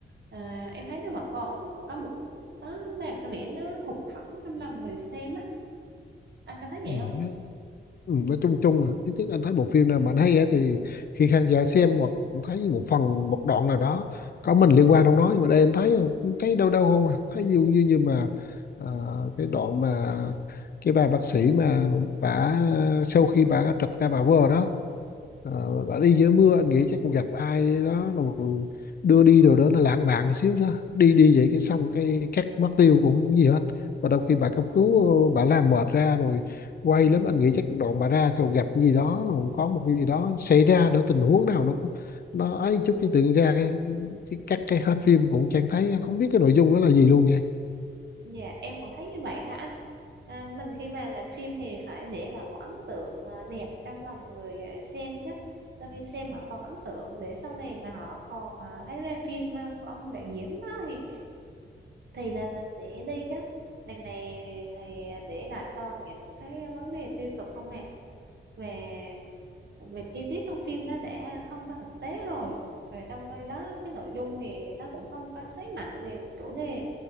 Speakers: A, on the right; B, on the left.
A: à, em thấy nó vẫn còn có một nó làm cái vẻ nó hụt hẫng trong lòng người xem á anh có thấy
B: ừ.
A: vậy không
B: nó- ừ, nói chung chung là ít nhất anh thấy bộ phim nào mà anh hay á thì khi khán giả xem hoặc thấy một phần một đoạn nào đó có mình liên quan trong đó nhưng mà đây anh thấy thấy đâu đâu không à thấy dường như như mà à, cái đoạn mà cái bà bác sĩ mà bà sau khi bà trật ra bà vờ đó Ờ, bà đi dưới mưa anh nghĩ chắc cũng gặp ai đó rồi đưa đi đồ đó nó lãng mạn xíu chứ đi đi vậy cái xong cái cắt mất tiêu cũng gì hết và đôi khi bà cấp cứu ờ, bà làm mệt ra rồi quay lắm anh nghĩ chắc đoạn bà ra rồi gặp cái gì đó rồi có một cái gì đó xảy ra đó tình huống nào nó nó ấy chút cái tự nhiên ra cái cái cắt cái hết phim cũng chẳng thấy không biết cái nội dung đó là gì luôn nha
A: Dạ, em cũng thấy như vậy đó anh. À, mình khi mà làm phim thì phải để lại một ấn tượng à, đẹp trong lòng người à, xem chứ. Sau khi xem họ còn ấn tượng để sau này mà họ còn à, thấy ra phim à, của ông đạo diễn đó thì thì là mình sẽ đi chứ. Đằng này thì để lại toàn những cái vấn đề tiêu cực không hề về về chi tiết trong phim nó đã không có thực tế rồi. Rồi trong cái đó cái nội dung thì nó cũng không có xoáy mạnh về một chủ đề.